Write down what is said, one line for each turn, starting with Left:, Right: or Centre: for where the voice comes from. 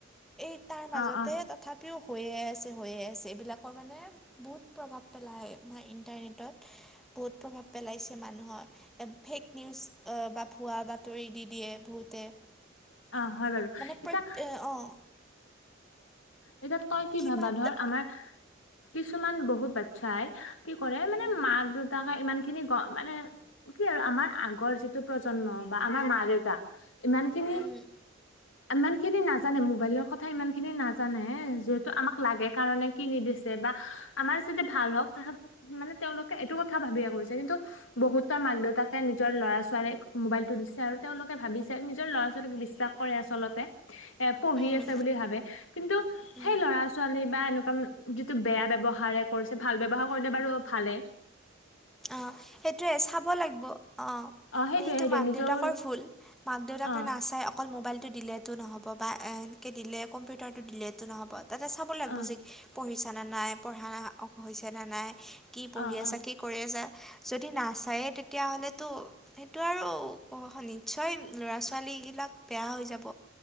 Centre: এই তাৰ মাজতে
Left: অ অ
Centre: <unintelligible> পিও হৈয়ে আছে, হৈয়ে আছে। এইবিলাকৰ মানে বহুত প্ৰভাৱ পেলাই মা ইণ্টাৰনেটত বহুত প্ৰভাৱ পেলাইছে মানুহৰ। ফেক নিউজ বা ভুৱা বাতৰি দি দিয়ে বহুতে।
Left: অ' হয় বাৰু।
Centre: মানে
Left: এতিয়া
Centre: প্ৰ অঁ
Left: এতিয়া তই কি
Centre: কিবা
Left: ভাবা,
Centre: এটা
Left: ধৰ আমাৰ কিছুমান বহুত বাচ্ছাই কি কৰে মানে
Centre: উম
Left: মাক দেউতাক ইমানখিনি গ মানে কি আৰু আমাৰ আগৰ যিটো প্ৰজন্ম বা আমাৰ মা দেউতা ইমানখিনি,
Centre: উম
Left: ইমানখিনি নাজানে, মোবাইলৰ কথা ইমানখিনি নাজা জানে যিহেতু আমাক লাগে কাৰণে কিনি দিছে বা আমাৰ যাতে ভাল হওঁক তাহাত মানে তেওঁলোকে এইটো কথা ভাবিয়ে কৰিছে, কিন্তু বহুতৰ মাক, দেউতাকে নিজৰ ল'ৰা, ছোৱালীক মোবাইলটো দিছে আৰু তেওঁলোকে ভাবিছে আৰু নিজৰ ল'ৰা, ছোৱালীক বিশ্বাস কৰে আচলতে এ, পঢ়ি
Centre: উম
Left: আছে বুলি ভাবে, কিন্তু সেই
Centre: উম
Left: ল'ৰা, ছোৱা বা এনেকুৱা যিটো বেয়া ব্যৱহাৰে কৰিছে, ভাল ব্যৱহাৰ কৰিলে বাৰু ভালেই।
Centre: অ', সেইটোৱে চাব লাগব, অ'।
Left: সেইটোয়ে
Centre: সেইটো
Left: সেইটোয়ে
Centre: মাক,
Left: নিজৰ
Centre: দেউতাকৰ ভুল, মাক, দেউতাকে
Left: অ
Centre: নাচায় অক অকল মোবাইলটো দিলেতো নহ'ব বা এনকে দিলে কম্পিউটাৰটো দিলেতো নহ'ব। তাতে চাব লাগিব
Left: অ
Centre: যে, পঢ়িছানে নাই, পঢ়া হৈছেনে নাই, কি পঢ়ি
Left: অ
Centre: আছা,
Left: অ
Centre: কি কৰি আছা, যদি নাচায়েই তেতিয়াহ'লেতো সেইটো আৰু নিশ্চয়, ল'ৰা, ছোৱালীগিলাক বেয়া হৈ যাব।